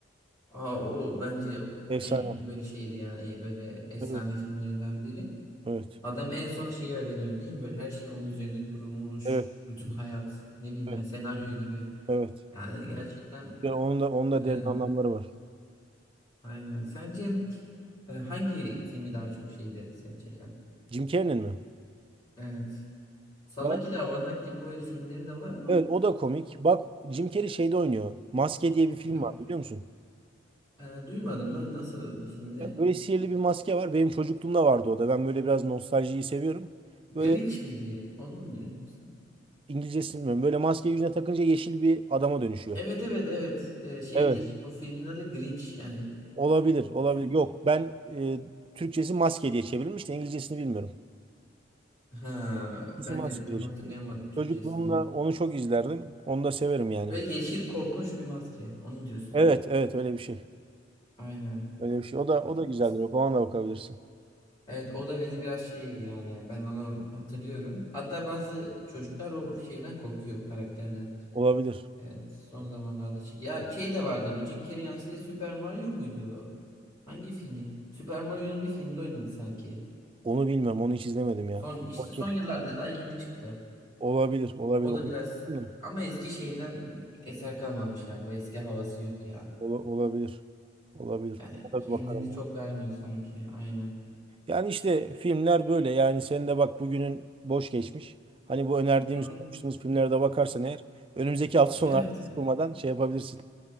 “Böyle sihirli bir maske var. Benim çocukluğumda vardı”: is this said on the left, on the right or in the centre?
Right